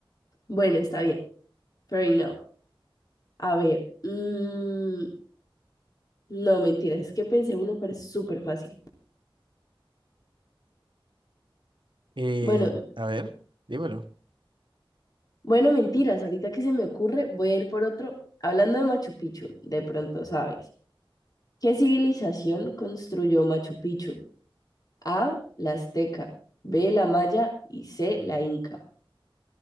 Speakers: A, on the left; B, on the right.
A: bueno, está bien, fair enough. A ver, mm, no, mentira, es que pensé uno, pero es súper fácil.
B: Eh,
A: Bueno,
B: a ver, dímelo.
A: Bueno, mentiras, ahorita que se me ocurre, voy a ir por otro. Hablando de Machu Picchu, de pronto sabes. ¿Qué civilización construyó Machu Picchu? A, la azteca, B, la maya y C, la inca.